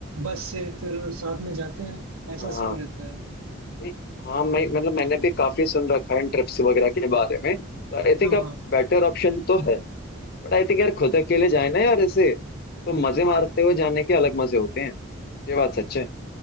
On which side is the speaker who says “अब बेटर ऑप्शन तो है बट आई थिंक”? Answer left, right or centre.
Left